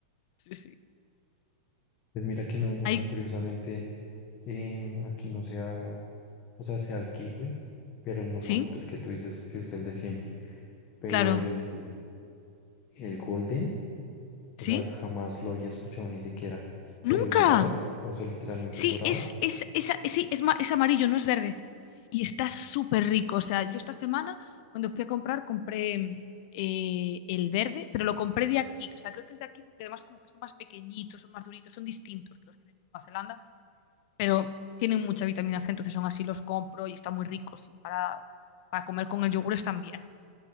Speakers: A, on the left; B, on the left.
A: Sí, sí.
B: pues mira que no, o
A: Hay...
B: sea, curiosamente em, aquí no sea, o sea, sea el kiwi, pero el normalito,
A: ¿Sí?
B: el que tú dices que es el de siempre. Pero
A: Claro.
B: el, el golden, o
A: ¿Sí?
B: sea, jamás lo había escuchado ni siquiera.
A: ¡Nunca!
B: Pero es dorado, o sea, literalmente
A: Sí,
B: es dorado.
A: es, es, es, es- sí, es, ma- es amarillo, no es verde. Y está súper rico. O sea, yo esta semana, cuando fui a comprar, compré eh, el verde, pero lo compré de aquí. O sea, creo que es de aquí porque además como que son más pequeñitos, son más duritos, son distintos que los que vienen de Nueva Zelanda, pero tienen mucha vitamina C, entonces son así, los compro y están muy ricos. Y para, para comer con el yogur están bien.